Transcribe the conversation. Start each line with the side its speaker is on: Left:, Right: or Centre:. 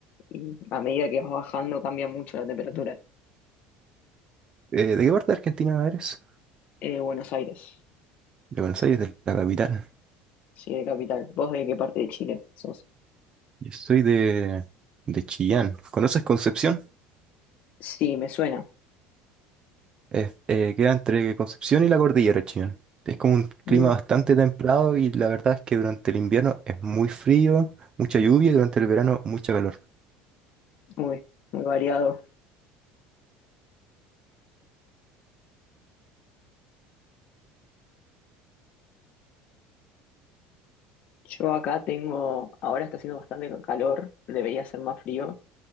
Left: y a medida que vas bajando cambia mucho la temperatura.
Right: Eh, ¿de qué parte de Argentina eres?
Left: Eh, Buenos Aires,
Right: De Buenos Aires, de la capital.
Left: sí, de capital. ¿Vos de qué parte de Chile sos?
Right: Yo soy de, de Chillán. ¿Conoces Concepción?
Left: Sí, me suena.
Right: Es- eh, queda entre Concepción y la cordillera de Chillán. Es como un
Left: Mm,
Right: clima bastante templado y la verdad es que durante el invierno es muy frío, mucha lluvia y durante el verano mucho calor.
Left: uy, muy variado. Yo acá tengo, ahora está haciendo bastante calor, debería ser más frío,